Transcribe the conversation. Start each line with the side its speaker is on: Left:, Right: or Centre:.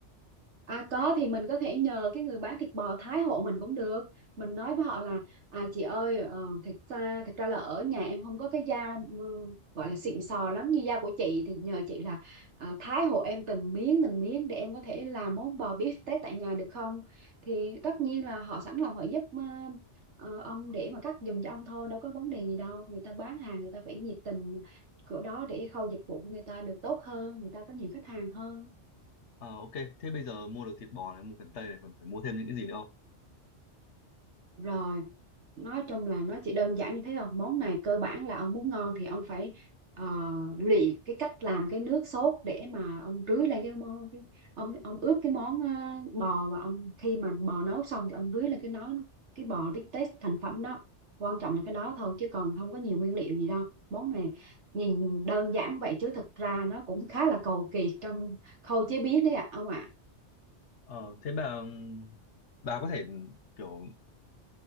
Right: À có thì mình có thể nhờ cái người bán thịt bò thái hộ mình cũng được. Mình nói với họ là à chị ơi ờ, thật ra thật ra là ở nhà em không có cái dao ừ, gọi là xịn sò lắm như dao của chị thì nhờ chị là à, thái hộ em từng miếng từng miếng để em có thể làm món bò beef tết tại nhà được không? Thì tất nhiên là họ sẵn lòng họ giúp ờ, ờ, ông để mà cắt giùm cho ông thôi, đâu có vấn đề gì đâu. Người ta bán hàng người ta phải nhiệt tình chỗ đó để khâu dịch vụ của người ta được tốt hơn, người ta có nhiều khách hàng hơn.
Left: Ờ ok, thế bây giờ mua được thịt bò này, mua cần tây này, còn phải mua thêm những cái gì nữa không?
Right: Rồi, nói chung là nó chỉ đơn giản như thế thôi. Món này cơ bản là ông muốn ngon thì ông phải ờ, luyện cái cách làm cái nước sốt để mà ông rưới lên cái món cái, ông ông ướp cái món ờ, bò và ông khi mà bò nấu xong thì ông rưới lên cái nó cái bò cái, tết thành phẩm đó. Quan trọng là cái đó thôi chứ còn không có nhiều nguyên liệu gì đâu. Món này nhìn đơn giản vậy chứ thực ra nó cũng khá là cầu kỳ trong khâu chế biến đấy ạ ông ạ.
Left: Ờ, thế bà bà có thể kiểu